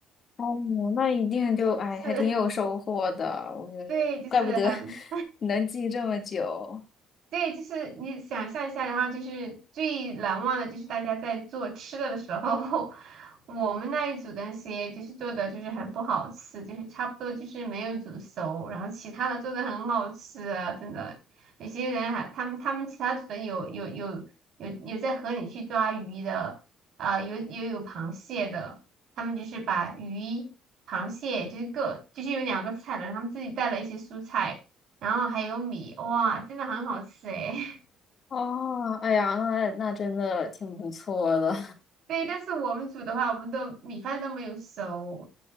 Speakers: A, on the left (about 45°); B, on the right (about 65°).
A: 哦，那一定就，哎，
B: 是，
A: 还挺有收获的，我觉得，
B: <laughs> 对，就是很
A: 怪不得 <laughs> 你能记这么久。
B: 对，就是你想象一下，然后就是最难忘的，就是大家在做吃的的时候，<laughs> 我们那一组的那些就是做的就是很不好吃，就是差不多就是没有煮熟，然后其他的做的很好吃啊，真的。有些人还他们他们其他组的有有有有有在河里去抓鱼的，啊、有有有螃蟹的，他们就是把鱼、螃蟹就是各就是有两个菜的，然后他们自己带了一些蔬菜。然后还有米，哇，真的很好吃诶。
A: 哦，哎呀，那那真的挺不错的，
B: <laughs> 对，但是我们煮的话，我们都米饭都没有熟，